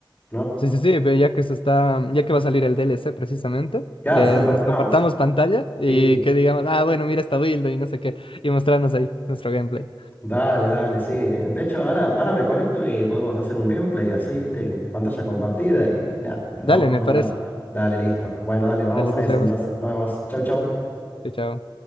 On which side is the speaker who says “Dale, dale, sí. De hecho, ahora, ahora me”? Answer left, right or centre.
Left